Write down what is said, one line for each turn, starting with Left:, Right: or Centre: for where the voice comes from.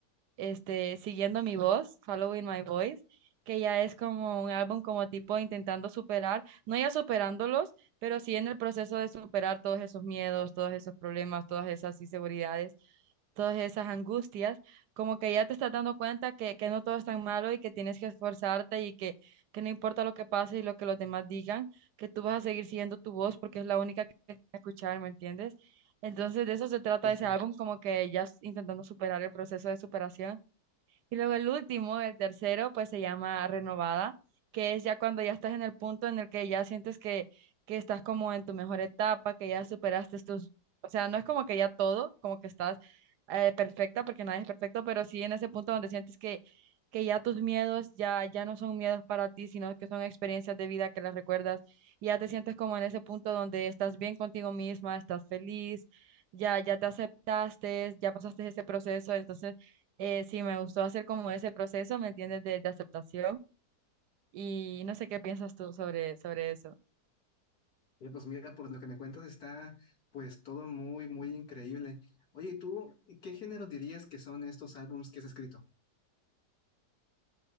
Right: este, Siguiendo mi voz, Following My Voice, que ya es como un álbum como tipo intentando superar, no ya superándolos, pero sí en el proceso de superar todos esos miedos, todos esos problemas, todas esas inseguridades, todas esas angustias, como que ya te estás dando cuenta que, que no todo es tan malo y que tienes que esforzarte y que, que no importa lo que pase y lo que los demás digan, que tú vas a seguir siguiendo tu voz porque es la única que tienes que escuchar, ¿me entiendes? Entonces de eso se trata
Left: Sí, sí.
Right: ese álbum, como que ya s- intentando superar el proceso de superación. Y luego el último, el tercero, pues se llama renovada, que es ya cuando ya estás en el punto en el que ya sientes que, que estás como en tu mejor etapa, que ya superaste tus, o sea, no es como que ya todo, como que estás eh, perfecta, porque nadie es perfecto, pero sí en ese punto donde sientes que, que ya tus miedos ya, ya no son miedos para ti, sino que son experiencias de vida que las recuerdas, y ya te sientes como en ese punto donde estás bien contigo misma, estás feliz, ya, ya te aceptaste, ya pasaste ese proceso, entonces eh, sí, me gustó hacer como ese proceso, ¿me entiendes? De, de aceptación. Y no sé qué piensas tú sobre, sobre eso.
Left: Eh, pues mira, por lo que me cuentas está pues todo muy, muy increíble. Oye, ¿y tú qué género dirías que son estos álbumes que has escrito?